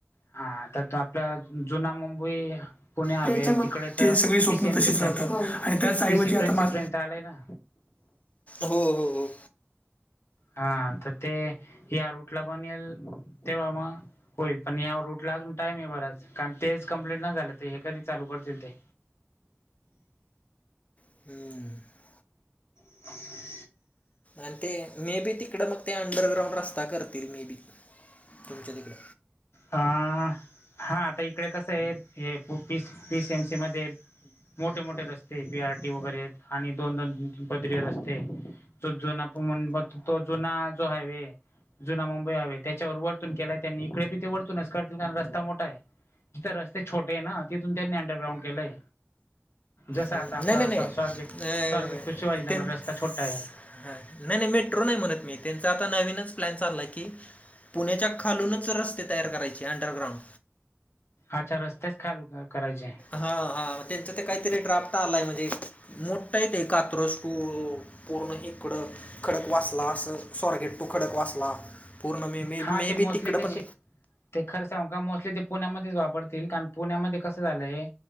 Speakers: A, on the left; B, on the left.
A: हा तर तो आपल्या जुना मुंबई पुणे हवे
B: त्याच्या
A: आहे
B: मग
A: तिकडे तर
B: ते सगळी स्वप्न
A: पी सी एम
B: तशीच
A: सी प्रे
B: हो. राहतात आणि त्याच ऐवजी
A: पी सी
B: आता
A: प्रेनसी
B: माझ
A: पर्यंत आलाय ना.
B: हो हो हो.
A: हा तर ते या रूटला बनेल तेव्हा म होईल पण या रूटला अजून टाइम आहे बरच कारण तेच कंप्लेट नाही झालं ते हे कधी चालू करतील ते.
B: हम्म.
A: <inaudible>
B: आणि ते मे बी तिकड मग ते अंडरग्राउंड रस्ता करतील मे बी तुमच्या तिकडं.
A: हा आता इकडे कसं आहे पी सी एम सी मध्ये मोठे-मोठे रस्ते पी आर टी वगैरे एक आणि दोन-दोन बदरी रस्ते जो जुनापू म्हण म तो जुना जो हायवे जुना मुंबई हवे त्याच्यावर वर्तून केलाय त्यांनी इकडे बी ते वर्तूनच करतील कारण रस्ता मोठा आहे. जिथं रस्ते छोटे आहे ना तिथून त्यांनी अंडरग्राउंड केलंय. जसं
B: नाही
A: आता आपला
B: नाही नाही
A: स्वा
B: अं,
A: स्वारगेट स्वारगेट टू शिवाजीनगर
B: त्यां हा.
A: रस्ता छोटा आहे
B: नाही नाही मेट्रो नाही म्हणत मी त्यांचा आता नवीनच प्लॅन चालला की पुण्याच्या खालूनच रस्ते तयार करायचे अंडरग्राउंड.
A: अच्छा रस्त्याचं खालू क करायचे.
B: हा हा त्यांच्या ते काहीतरी ड्राफ्ट आलाय म्हणजे मोठा येते कात्रुस पूर्ण पूर्ण इकडं खडक वाचला असं सॉरगेट टू खडक वाचला पूर्ण मे मे
A: हा
B: मे
A: ते
B: बी
A: मोस्टली
B: तिकडं
A: ते
B: पण
A: ते खर्च का मोस्टली ते पुण्यामध्येच वापरतील कारण पुण्यामध्ये कसं झालंय